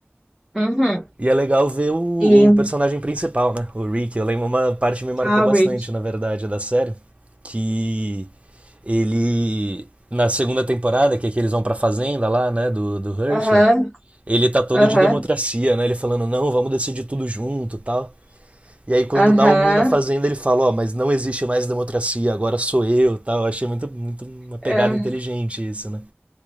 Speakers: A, in the centre; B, on the right (about 30°).
A: Uhum.
B: E é legal ver o,
A: E,
B: o personagem principal, né? O Rick. Eu lembro uma parte que me marcou
A: ah,
B: bastante,
A: Rick.
B: na verdade, da série. Que ele. Na segunda temporada, que é que eles vão pra fazenda lá, né? Do, do Herschel.
A: Aham,
B: Ele tá todo
A: aham,
B: de democracia, né? Ele falando, não, vamos decidir tudo junto e tal. E aí quando
A: aham,
B: dá o ruim na fazenda, ele fala, ó, oh, mas não existe mais democracia, agora sou eu, tal. Eu achei muito, muito uma pegada
A: aham.
B: inteligente isso, né?